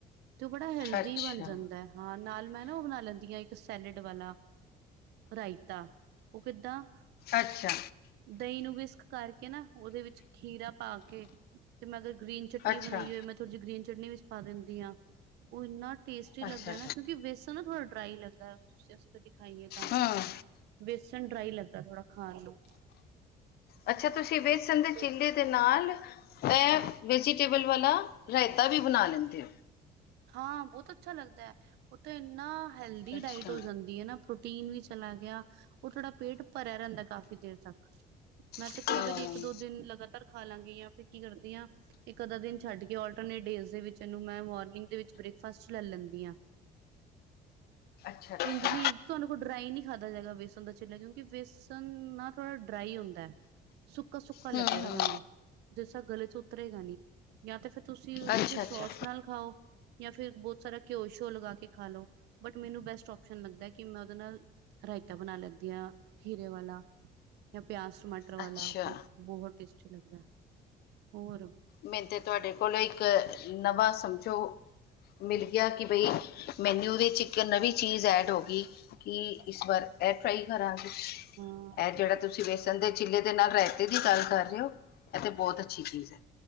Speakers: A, on the right; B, on the left.
A: ਤੇ ਉਹ ਬੜਾ ਹੈਲਦੀ
B: ਅੱਛਾ
A: ਬਣ ਜਾਂਦਾ ਹੈ। ਹਾਂ ਨਾਲ ਮੈਂ ਨਾ ਉਹ ਬਣਾ ਲੈਂਦੀ ਹਾਂ ਇੱਕ ਸੈਲਡ ਵਾਲਾ ਰਾਇਤਾ। ਉਹ ਕਿੱਦਾਂ <unintelligible>
B: ਅੱਛਾ ਅੱਛਾ
A: ਦਹੀਂ ਨੂੰ ਵਿਕਸ ਕਰਕੇ ਨਾ ਉਹਦੇ ਵਿੱਚ ਖੀਰਾ ਪਾ ਕੇ ਤੇ ਮੈਂ ਅਗਰ ਗ੍ਰੀਨ ਚਟਨੀ
B: ਅੱਛਾ
A: ਬਣਾਈ ਹੋਏ ਮੈਂ ਥੋੜ੍ਹੀ ਜਿ ਗਰੀਨ ਚਟਨੀ ਵਿੱਚ ਪਾ ਦਿੰਦੀ ਆ, ਉਹ ਇੰਨਾ ਟੇਸਟੀ ਲੱਗਦਾ
B: ਅੱਛਾ
A: ਨਾ ਕਿਉਂਕਿ ਵੇਸਣ ਨਾ ਥੋੜਾ ਡਰਾਈ ਲੱਗਦਾ ਕਦੀ ਖਾਈਏ ਤਾਂ
B: ਹੂੰ
A: ਬੇਸਣ ਡਰਾਈ ਲੱਗਦਾ ਥੋੜ੍ਹਾ ਖਾਣ ਨੂੰ
B: ਅੱਛਾ ਤੁਸੀਂ ਵੇਸਨ ਦੇ
A: ਤੇ
B: ਚਿਲੇ ਦੇ ਨਾਲ ਇਹ ਵੈਜੀਟੇਬਲ ਵਾਲਾ ਰਾਇਤਾ ਵੀ ਬਣਾ ਲੈਂਦੇ ਹੋ
A: ਹਾਂ ਬਹੁਤ ਅੱਛਾ ਲੱਗਦਾ ਹੈ, ਉਹ ਤੇ ਇੰਨਾ ਹੈਲਦੀ
B: ਅੱਛਾ
A: ਡਾਇਟ ਹੋ ਜਾਂਦੀ ਹੈ ਨਾ ਪ੍ਰੋਟੀਨ ਵੀ ਚਲਾ ਗਿਆ, ਉਹ ਥੋੜ੍ਹਾ ਪੇਟ ਭਰਿਆ ਰਹਿੰਦਾ ਕਾਫ਼ੀ ਦੇਰ ਤੱਕ ਮੈਂ
B: ਹੂੰ
A: ਤੇ ਕਈ ਵਾਰੀ ਇੱਕ ਦੋ ਦਿਨ ਲਗਾਤਾਰ ਖਾਲਾਗੀ ਜਾਂ ਫਿਰ ਕੀ ਕਰਦੀ ਹਾਂ ਇੱਕ ਅੱਧਾ ਦਿਨ ਛੱਡ ਕੇ ਆਲਟਰਨੇਟ ਡੇਜ ਦੇ ਵਿੱਚ ਇਹਨੂੰ ਮੈਂ ਮੋਰਨਿੰਗ ਦੇ ਵਿੱਚ ਬ੍ਰੇਕਫਾਸਟ ਲੈ ਲੈਂਦੀ ਆਂ,
B: ਅੱਛਾ ਅੱਛਾ
A: ਇੰਜਨੀ ਤੁਹਾਨੂੰ ਕੋਲ ਡਰਾਈ ਨਹੀ ਖਾਧਾ ਜਾਏਗਾ ਵੇਸਨ ਦਾ ਚਿਲਾ, ਕਿਉਂਕਿ ਵੇਸਣ ਨਾ, ਥੋੜ੍ਹਾ ਡਰਾਈ ਹੁੰਦਾ। ਸੁੱਕਾ-ਸੁੱਕਾ ਲੱਗੇਗਾ
B: ਹੂੰ ਹੂੰ
A: ਤੁਹਾਨੂੰ, ਜਿਸਸਾ ਗਲੇ'ਚੋ ਉਤਰੇਗਾ ਨੀ ਯਾ ਤਾਂ ਫਿਰ ਤੁਸੀਂ,
B: ਅੱਛਾ
A: ਕਿਸੇ ਸੋਸ
B: ਅੱਛਾ
A: ਨਾਲ ਖਾਓ। ਜਾਂ ਫਿਰ ਬਹੁਤ ਸਾਰਾ ਘਿਓ ਸ਼ਿਓ ਲਗਾ ਕੇ ਖਾ ਲਓ ਬਟ ਮੈਨੂੰ ਬੈਸਟ ਓਪਸ਼ਨ ਲੱਗਦਾ ਕਿ ਮੈਂ ਉਹਦੇ ਨਾਲ ਰਾਇਤਾ ਬਣਾ ਲੈਂਦੀ ਹਾਂ ਖੀਰੇ ਵਾਲਾ ਜਾਂ ਪਿਆਜ਼ ਟਮਾਟਰ ਮਟਰ ਵਾਲਾ
B: ਅੱਛਾ
A: ਬਹੁਤ ਬਹੁਤ ਟੇਸਟੀ ਲੱਗਦਾ। ਹੋਰ
B: ਮੈਨੂੰ ਤਾਂ ਤੁਹਾਡੇ ਕੋਲੋਂ ਇੱਕ ਨਵਾਂ ਸਮਝੋ ਮਿਲ ਗਿਆ ਕਿ, ਬਈ ਮੈਨਿਊ ਵਿੱਚ ਇੱਕ ਨਵੀਂ ਚੀਜ਼ ਐਡ ਹੋ ਗਈ ਕਿ ਇਸ ਵਾਰ ਇਹ ਫਰਾਈ ਕਰਾਂਗੇ,
A: ਹਾਂ
B: ਇਹ ਜਿਹੜਾ ਤੁਸੀਂ ਵੈਸੇ ਦਦੇ ਚਿੱਲੇ ਦੇ ਨਾਲ ਰਾਇਤੇ ਦੀ ਗੱਲ ਕਰ ਰਹੇ ਹੋ, ਇਹ ਤੇ ਬਹੁਤ ਅੱਛੀ ਚੀਜ਼ ਹੈ।